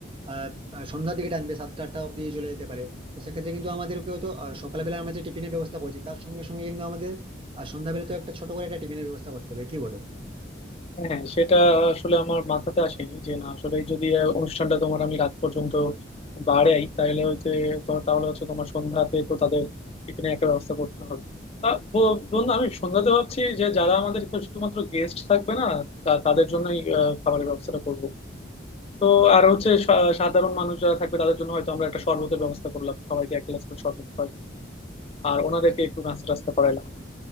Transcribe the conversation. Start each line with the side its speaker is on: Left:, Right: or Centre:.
Right: আহ আহ, সন্ধ্যার দিকে টানবে সাতটা আটটা অব্দি চলে যেতে পারে তো সেক্ষেত্রে কিন্তু আমাদেরকে হয়তো আহ, সকালবেলা আমরা যে টিফিনের ব্যবস্থা করছি তার সঙ্গে সঙ্গে কিন্তু আমাদের আর সন্ধ্যাবেলা তো একটা ছোট করে একটা টিফিনের ব্যবস্থা করতে হবে কি বলো
Left: হ্যাঁ সেটা আসলে আমার মাথাতে আসেনি যে না আসলে যদি আহ, অনুষ্ঠানটা তোমার আমি রাত পর্যন্ত বাড়াই তাহলে হয়তো তো- তাহলে হচ্ছে তোমার সন্ধ্যাতে তো তাদের এখানে একটা ব্যবস্থা করতে হবে তা ব- বন্ধু আমি সন্ধ্যাতে ভাবছি যে যারা আমাদের এখানে শুধুমাত্র গেস্ট থাকবে না তা- তাদের জন্যই আহ, খাবারের ব্যবস্থাটা করব তো আর হচ্ছে সা- সাধারণ মানুষ যারা থাকবে তাদের জন্য হয়তো আমরা একটা শরবতের ব্যবস্থা করলাম সবাইকে এক গ্লাস করে শরবত খাওয়াইলাম আর ওনাদেরকে একটু নাস্তা টাস্তা করাইলাম